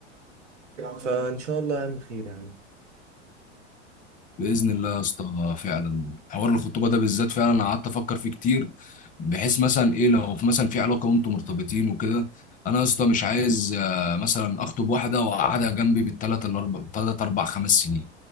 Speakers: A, on the right (about 85°); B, on the left (about 25°).
A: فان شاء الله يعمل خير يعني
B: بإذن الله يا اسطى آه، فعلا حوار الخطوبة ده بالذات فعلا أنا قعدت أفكر فيه كتير بحيث مثلا إيه لو في مثلا في علاقة وأنتم مرتبطين وكده أنا يا اسطى مش عايز آه، مثلا أخطب واحدة وأقعدها جنبي بالتلات الأربع تلات أربع خمس سنين